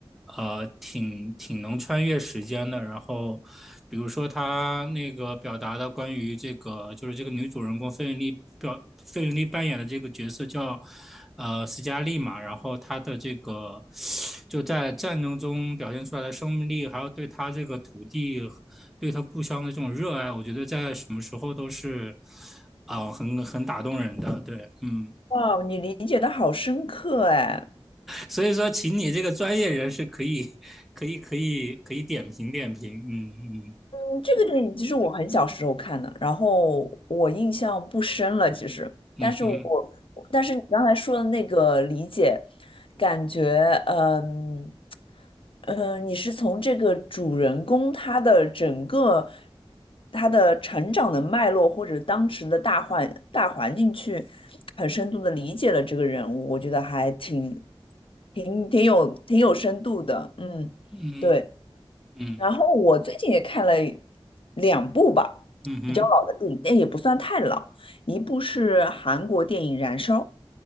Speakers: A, in the centre; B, on the left (about 65°).
A: 呃，挺挺能穿越时间的。然后，比如说他那个表达的关于这个，就是这个女主人公费雯丽表费雯丽扮演的这个角色叫呃斯嘉丽嘛，然后她的这个就在战争中表现出来的生命力，还有对她这个土地对他故乡的这种热爱，我觉得在什么时候都是啊、呃很很打动人的。对，嗯，
B: 哇，你理解的好深刻哎，
A: 所以说，请你这个专业人士可以可以可以可以点评点评。嗯嗯
B: 嗯这个电影其实我很小时候看的，然后我印象不深了，其实，
A: 嗯哼
B: 但是我，但是你刚才说的那个理解，感觉，嗯，呃，你是从这个主人公他的整个他的成长的脉络，或者当时的大环大环境去很深度的理解了这个人物，我觉得还挺挺挺有挺有深度的，嗯，
A: 嗯
B: 对。
A: 嗯
B: 然后我最近也看了两部吧，
A: 嗯哼。
B: 比较老的电影，但也不算太老。一部是韩国电影《燃烧》，